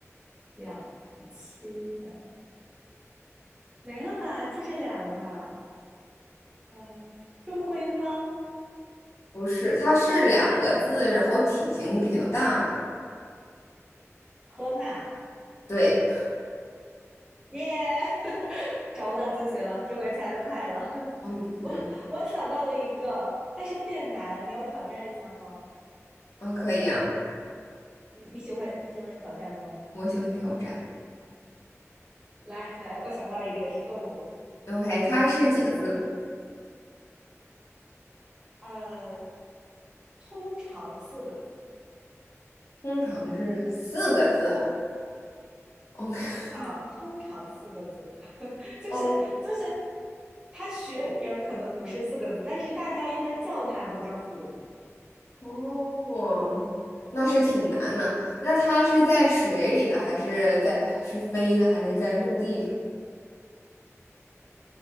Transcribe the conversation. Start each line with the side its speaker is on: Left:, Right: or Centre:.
Right: 两栖的，没了吧？就这俩了吧？嗯、是乌龟吗？
Left: 不是，它是两个字，然后体型比较大的。
Right: 河马
Left: 对，
Right: 耶找不 <laughs> 到精髓了，这回猜的快了。<laughs>
Left: 嗯子
Right: 我我想到了一个，但是有点难，你要挑战一下吗？
Left: 嗯，可以啊，
Right: 你你喜欢你喜欢挑战吗？
Left: 我喜欢挑战。
Right: 来来，我想到一个也是动物，
Left: OK，它是几个字？
Right: 呃，通常四个字
Left: 通常是四个字。OK，OK，
Right: 啊，通常四个字，<laughs> 就是就是，
Left: <laughs>
Right: 它学名可能不是四个字，但是大家一般叫它都叫四个字。
Left: 哦，那是挺难的。那它是在水里的，还是在是飞的，还是在陆地上